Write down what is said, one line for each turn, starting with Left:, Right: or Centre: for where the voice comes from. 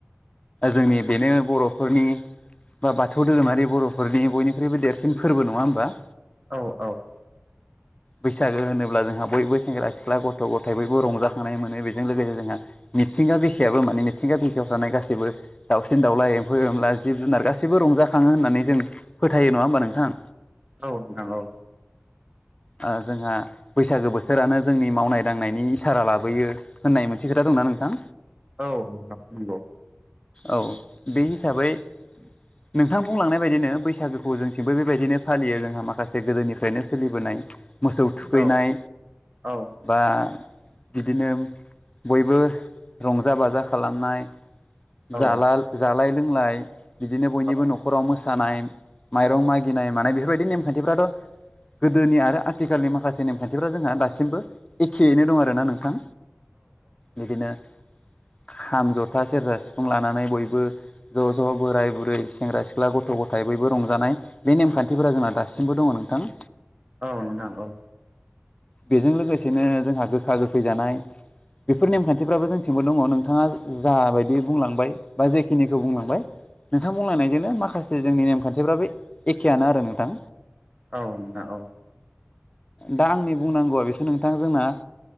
Left: जोंनि बेनो बर'फोरनि बा बाथौ धोरोमारि बर'फोरनि बयनिख्रुइबो देरसिन फोरबो नङा होमबा?
Right: औ औ।
Left: बैसागो होनोब्ला जोंहा बयबो सेंग्रा सिख्ला गथ' गथ' -गथाय बयबो रंजाखांनाय मोनो बेजों लोगोसे जोंहा मिथिंगा बिखायाबो माने मिथिंगा बिखायाव थानाय गासैबो दाउसिन -दाउला, एम्फौ -एनला, जिब- जुनार गासैबो रंजाखाङो होननानै जों फोथायो नङा होमबा नोंथां?
Right: औ नोंथां औ।
Left: ओ जोंहा बैसागो बोथोरानो जोंनि मावनाय दांनायनि इसारा लाबोयो होननाय मोनसे खोथा दंना नोंथां?
Right: औ नोंथां नंगौ।
Left: औ बे हिसाबै
Right: <inaudible>
Left: नोंथां बुंलांनाय बायदिनो बैसागोखौ जोंथिंबो बेबायदिनो फालियो जोंहा माखासे गोदोनिफ्रायनो सोलि बोनाय मोसौ थुखैनाय
Right: औ औ
Left: बा बिदिनो बयबो रंजा -बाजा खालामनाय जाला
Right: औ नोंथां औ
Left: जालाय लोंलाय बिदिनो
Right: नोंथां औ नोंथां औ
Left: बयनिबो न'खराव मोसानाय माइरं मागिनाय मानाय बेफोरबायदि नेम खान्थिफ्रा थ' गोदोनि आरो आथिखालनि माखासे नेमखान्थिफ जोंहा दासिमबो एखेयैनो दं आरोना नोंथां बिदिनो खाम, जथा, सेरजा, सि फुं लानानै बयबो ज' ज' बोराय -बुरै सेंग्रा, सेंग्रा -सिख्ला, गथ'- गथाय बयबो रंजानाय बे नेम खान्थिफोरा जोंहा दासिमबो दङ नोंथां।
Right: औ नोंथां औ।
Left: बेजों लोगोसेनो जोंहा गोखा गोखै जानाय बेफोर नेमखान्थिफ्राबो जोंथिंबो दङ नोंथाङा जाबायदि बुंलांबाय बा जेखिनिखौ बुंलांबाय नोंथां बुंलांनायजोंनो माखासे जोंनि नेमाखान्थि फ्राबो एखेआनो आरो नोंथां।
Right: औ नोंथा औ।
Left: दा आंनि बुंनांगौआ बेसोर नोंथां जोंना